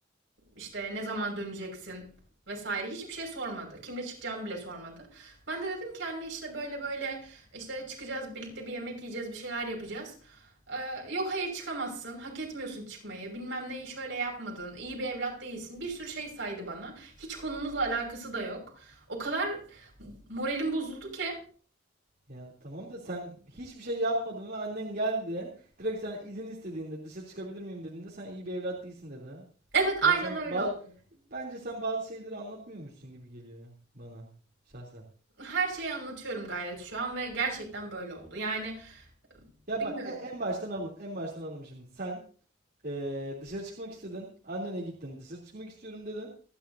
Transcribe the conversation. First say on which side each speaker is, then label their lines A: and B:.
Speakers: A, on the right; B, on the right.
A: işte ne zaman döneceksin vesaire hiçbir şey sormadı. Kimle çıkacağımı bile sormadı. Ben de dedim ki anne işte böyle böyle işte çıkacağız birlikte bir yemek yiyeceğiz bir şeyler yapacağız. Ee, yok hayır çıkamazsın. Hak etmiyorsun çıkmayı. Bilmem neyi şöyle yapmadın. iyi bir evlat değilsin. Bir sürü şey saydı bana. Hiç konumuzla alakası da yok. O kadar moralim bozuldu ki
B: Ya tamam da sen hiçbir şey yapmadın ve annen geldi. Direkt sen izin istediğinde dışarı çıkabilir miyim dediğinde sen iyi bir evlat değilsin dedi.
A: Evet aynen
B: Bence sen ba-
A: öyle oldu.
B: bence sen bazı şeyleri anlatmıyormuşsun gibi geliyor bana şahsen.
A: Her şeyi anlatıyorum gayet şu an ve gerçekten böyle oldu. Yani
B: Ya
A: bilmiyorum.
B: bak e- en baştan alalım, en baştan alalım şimdi. Sen eee, dışarı çıkmak istedin, annene gittin, dışarı çıkmak istiyorum dedin.